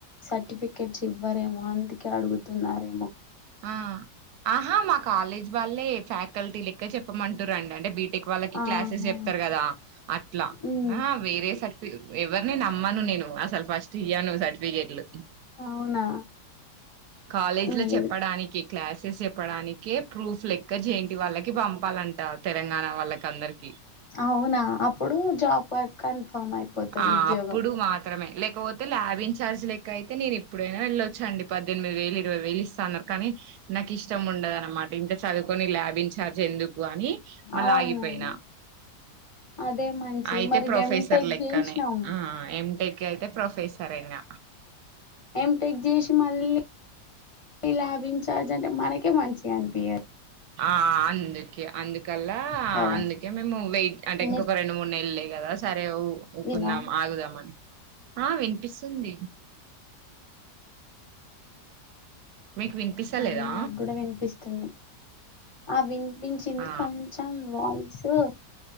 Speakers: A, on the left; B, on the right.
A: సర్టిఫికెట్స్ ఇవ్వరేమో అని ఇంటిక అడుగుతున్నారే
B: ఆ ఆహా మా కాలేజ్ వాళ్ళే ఫ్యాకల్టీ లెక్క చెప్పమంటారురండి అంటే బీ వాళ్ళకి
A: ఆహా
B: క్లాసెస్ చెప్తారు కదా అట్ల
A: ఉమ్
B: వేరే సర్టిఫికే ఎవర్ నేను నమ్మను నేను ఆసలు అస్ట్ ఇయ్యను సర్టిఫికేట్లు
A: అవునా
B: కాలేజ్ లో
A: మీరు
B: చెప్పడానికి క్లాసెస్ చెప్పడానికి ప్రూఫ్ లెక్క చేంటి వాళ్ళకి బం చెప్పాలంట తెలంగాణ వాళ్ళకి అందరికి
A: అవునా అప్పుడు జాబ్ వక్ కన్ఫర్మ్ అయిపోతుది
B: ఆ
A: ఉద్యోగం
B: అప్పుడు మాత్రమే లేకపోతే లాబ్ ఇన్ఛార్జ్లెక్క అయితేేను ఇప్పుడైనా వెళ్ళొచ్చ అండి పద్దెనిమిది వేలు ఇరవై వేలు ఇస్తాన్నారు కానీ నాకు ఇష్టం ఉండద అన్నమాట ఇంత చదువుకొని ల్యాబ్ ఇన్ఛార్జ్ ఎందుకు అని మళ్ళా
A: అవును
B: ఆగిపోయినా
A: అదే మంచిది
B: అయితే
A: మరి
B: ప్రొఫెసర్
A: ఎంటెక్
B: లెక్
A: చేసినాం
B: ఆ ఎ టెక్ అయితే ప్రొఫెసర్ అయినా
A: ఎ టెక్ చేసి మళ్ళీ లాభించార్జు అంటే మనకే మంచిగా అనిపించదు
B: ఆ అందుకే అందుకల్లా
A: కదా
B: అందుకే మేము వెయిట్ అంటే ఇంకొక
A: మీరు
B: రెండు మూడు నెల కదా సరే ఊకున్నాం
A: వినా
B: ఆగుదామని ఆ వినిపిస్తుంది మీకు వినిపిస్తలేదా
A: అ నాకు కూడా వినిపిస్తుంది ఆ వినిపించింది
B: ఆ
A: కొంచెం యి